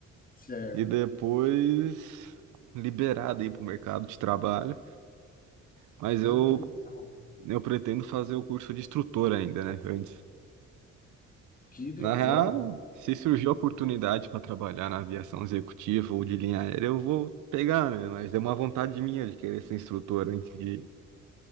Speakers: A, on the left; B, on the right.
A: certo.
B: E depois liberado aí para o mercado de trabalho. Mas
A: Cara,
B: eu,
A: que legal.
B: eu pretendo fazer o curso de instrutor ainda, né? Antes.
A: Que legal.
B: Na real, se surgir a oportunidade para trabalhar na aviação executiva ou de linha aérea, eu vou pegar, né? Mas é uma vontade minha de querer ser instrutor antes de,